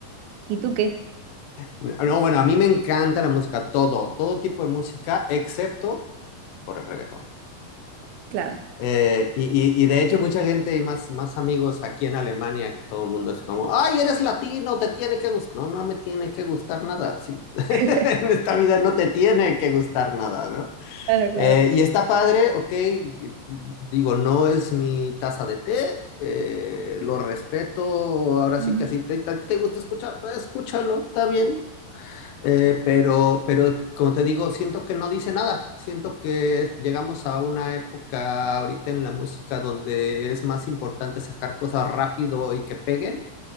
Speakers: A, on the right (about 80°); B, on the left (about 85°).
A: ¿Y tú qué?
B: No, bueno, a mí me encanta la música, todo, todo tipo de música, excepto por el reggaetón.
A: Claro.
B: Eh, y, y- y de hecho mucha gente y más, más amigos aquí en Alemania, que todo el mundo es como, ay, eres latino, te tiene que gustar. No, no me tiene que gustar nada. sí. <laughs>
A: <laughs>
B: En esta vida no te tiene que gustar nada, ¿no?
A: Claro, claro.
B: Eh, y está padre, ok, y- digo, no es mi taza de té, eh, lo respeto, ahora
A: Ujú.
B: sí que así te, te te gusta escuchar, pues, escúchalo, está bien, eh, pero, pero como te digo, siento que no dice nada. Siento que llegamos a una época ahorita en la música donde es más importante sacar cosas rápido y que peguen.